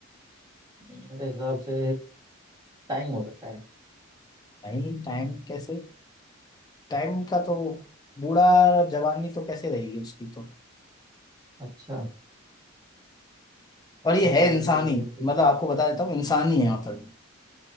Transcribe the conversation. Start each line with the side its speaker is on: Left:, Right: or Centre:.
Right: मेरे हिसाब से टाइम हो सकता है
Left: नहीं टाइम कैसे टाइम का तो बूढ़ा जवानी तो कैसे रहेगी उसकी तो
Right: अच्छा
Left: और ये
Right: फिर
Left: है इंसानी मतलब आपको बता देता हूँ इंसानी है मतलब